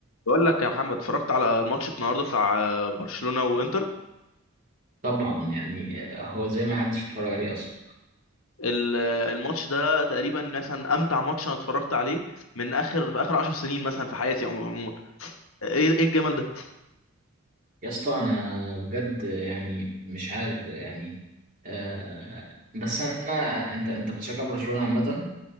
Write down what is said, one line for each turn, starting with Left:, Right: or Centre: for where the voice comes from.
Left: بقول لك يا محمد اتفرجت على الماتش النهارده بتاع آه، برشلونة وانتر
Right: طبعا يعني هو زي ما حدش اتفرج عليه اصلا
Left: ال- آه، الماتش ده تقريبا مثلا امتع ماتش انا اتفرجت عليه من اخر في اخر 10 سنين مثلا في حياتي عمو- عموما ايه ايه الجمال ده
Right: يا اسطى انا بجد يعني مش عارف يعني آه بس انا انت انت بتشجع برشلونة عامة